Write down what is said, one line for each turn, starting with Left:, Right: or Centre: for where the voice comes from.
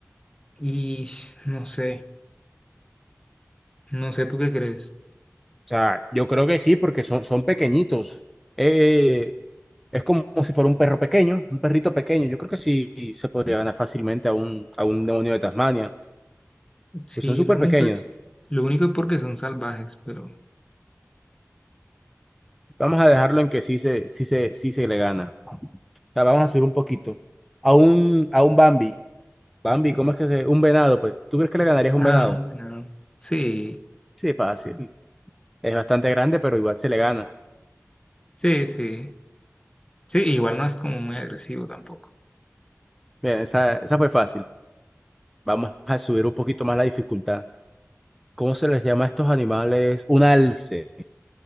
Left: Y no sé, no sé tú qué crees.
Centre: sea, yo creo que sí, porque son, son pequeñitos. Eh, Es como si fuera un perro pequeño, un perrito pequeño. Yo creo que sí se podría ganar fácilmente a un, a un demonio de Tasmania.
Left: Sí,
Centre: Pues son súper
Left: lo único
Centre: pequeños.
Left: es, lo único es porque son salvajes, pero...
Centre: Vamos a dejarlo en que sí se, sí se, sí se le gana. O sea, vamos a subir un poquito. A un, a un Bambi. Bambi, ¿cómo es que se...? Un venado, pues. ¿Tú crees que le ganarías
Left: <laughs>
Centre: a un
Left: Ah,
Centre: venado?
Left: un venado. Sí,
Centre: Sí, fácil. Es bastante grande, pero igual se le gana.
Left: sí, sí. Sí, igual no es como muy agresivo tampoco.
Centre: Bien, esa, esa fue fácil. Vamos a subir un poquito más la dificultad. ¿Cómo se les llama a estos animales? Un alce.